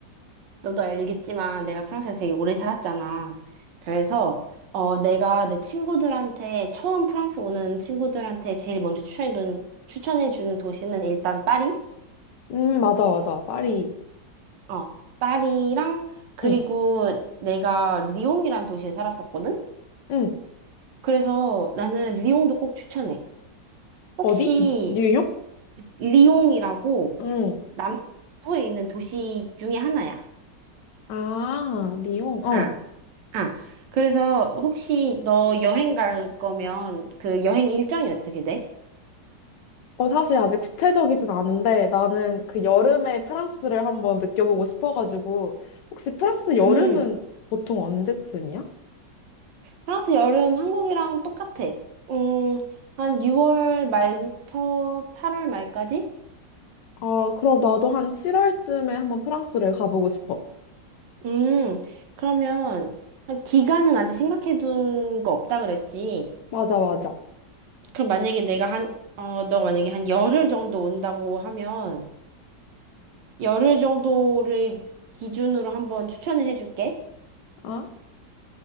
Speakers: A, on the right (about 85°); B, on the left (about 80°).
A: 너도 알겠지만 내가 프랑스에서 되게 오래 살았잖아. 그래서 어, 내가 내 친구들한테 처음 프랑스 오는 친구들한테 제일 먼저 추천해 주는 추천해 주는 도시는 일단 파리?
B: 음, 맞아, 맞아. 파리.
A: 어, 파리랑 그리고
B: 응,
A: 내가 리옹이란 도시에 살았었거든.
B: 응.
A: 그래서 나는 리옹도 꼭 추천해. 혹시
B: 어디? 뉴- 뉴욕?
A: 리옹이라고
B: 응.
A: 남부에 있는 도시 중에 하나야.
B: 아, 리옹. 어.
A: 아, 아, 그래서 혹시 너 여행 갈 거면 그 여행 일정이 어떻게 돼?
B: 어, 사실 아직 구체적이진 않은데, 나는 그 여름에 프랑스를 한번 느껴보고 싶어가지고, 혹시 프랑스
A: 음,
B: 여름은 보통 언제쯤이야?
A: 프랑스 여름 한국이랑 똑같아. 음, 한 6월 말부터 8월 말까지?
B: 아, 그럼 나도 한 7월쯤에 한번 프랑스를 가보고 싶어.
A: 음, 그러면 한 기간은 아직 생각해둔 거 없다 그랬지.
B: 맞아, 맞아.
A: 그럼 만약에 내가 한, 어, 너가 만약에 한 열흘 정도 온다고 하면 열흘 정도를 기준으로 한번 추천을 해줄게.
B: 아?